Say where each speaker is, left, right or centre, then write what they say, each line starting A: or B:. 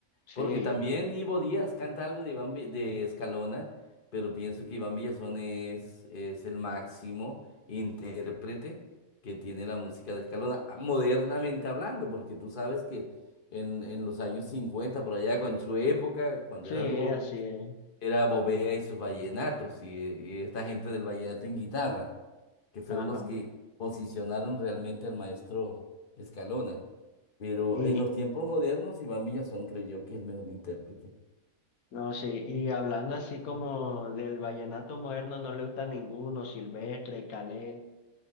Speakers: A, on the left; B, on the left.
A: sí,
B: porque también Ivo Díaz canta algo de Iván Vi- de Escalona, pero pienso que Iván Villazón es, es el máximo intérprete que tiene la música de Escalona, ah, modernamente hablando, porque tú sabes que en, en los años 50 por allá, cu- en su época, cuando
A: sí,
B: eran jóvenes,
A: así es.
B: era Bobea y sus vallenatos, y, y esta gente del vallenato en guitarra, que fueron
A: Ajá.
B: los que posicionaron realmente al maestro Escalona. Pero
A: Y.
B: en los tiempos modernos, Iván Villazón creyó que es el mejor intérprete. <laughs>
A: No, sí, y hablando así como del vallenato moderno, no le gusta ninguno, Silvestre, Calé,